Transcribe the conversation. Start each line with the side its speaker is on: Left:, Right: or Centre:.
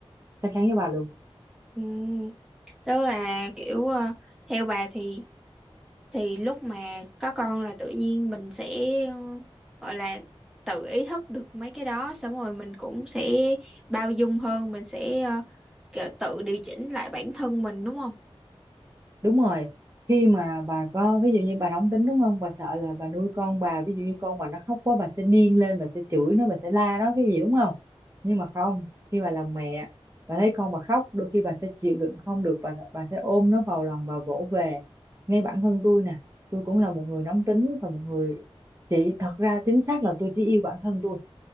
Right: chắc chắn với bà luôn
Centre: Ừ, tức là kiểu ờ, theo bà thì thì lúc mà có con là tự nhiên mình sẽ ừ, gọi là tự ý thức được mấy cái đó xong rồi mình cũng sẽ bao dung hơn mình sẽ ờ, kiểu tự điều chỉnh lại bản thân mình đúng không
Right: đúng rồi khi mà bà có ví dụ như bà nóng tính đúng không bà sợ là bà nuôi con bà ví dụ như con bà nó khóc quá bà sẽ điên lên bà sẽ chửi nó bà sẽ la nó cái gì đúng không nhưng mà không khi bà làm mẹ bà thấy con bà khóc đôi khi bà sẽ chịu đựng không được bà bà sẽ ôm nó vào lòng bà vỗ về ngay bản thân tôi nè tôi cũng là một người nóng tính và một người chỉ thật ra chính xác là tôi chỉ yêu bản thân tôi